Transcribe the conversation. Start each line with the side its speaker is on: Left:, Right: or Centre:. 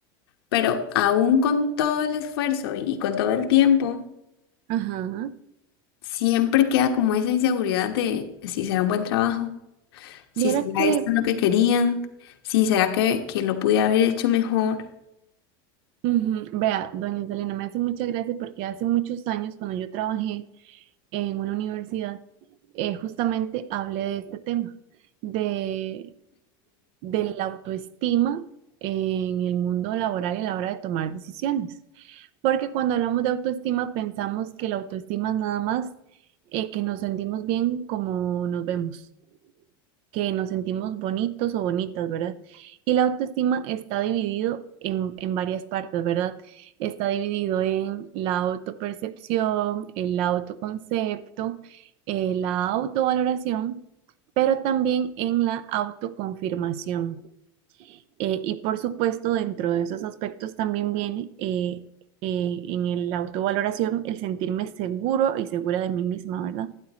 Left: pero aún con todo el esfuerzo y, con todo el tiempo,
Right: ajá,
Left: siempre queda como esa inseguridad de si será un buen trabajo, si
Right: Viera
Left: será
Right: que,
Left: esto lo que querían, si será que, que lo pude haber hecho mejor.
Right: ujú, vea, doña Selena, me hace mucha gracia porque hace muchos años cuando yo trabajé en una universidad, eh, justamente hablé de este tema, de, de la autoestima en el mundo laboral y a la hora de tomar decisiones. Porque cuando hablamos de autoestima pensamos que la autoestima es nada más eh, que nos sentimos bien como nos vemos que nos sentimos bonitos o bonitas, ¿verdad? Y la autoestima está dividido en, en varias partes, ¿verdad? Está dividido en la autopercepción, el autoconcepto, eh, la autovaloración, pero también en la autoconfirmación. Eh, y por supuesto, dentro de esos aspectos también viene eh, eh, en la autovaloración el sentirme seguro y segura de mí misma, ¿verdad?